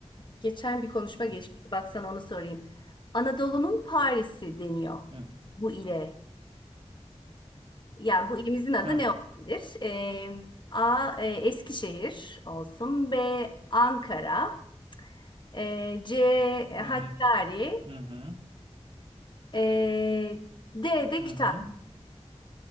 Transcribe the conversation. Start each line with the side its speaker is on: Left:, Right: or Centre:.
Left: geçen bir konuşma
Right: Hı
Left: geçmişti. Baksana onu sorayım. Anadolu'nun Paris'i deniyor
Right: hı.
Left: bu ile. Yani bu ilimizin adı
Right: Ha.
Left: ne olabilir? Ee, A. e, Eskişehir olsun. B. Ankara. Ee, C.
Right: Hı hı.
Left: Hakkari.
Right: Hı hı.
Left: Ee, D. de
Right: Hı
Left: Kütahya.
Right: hı.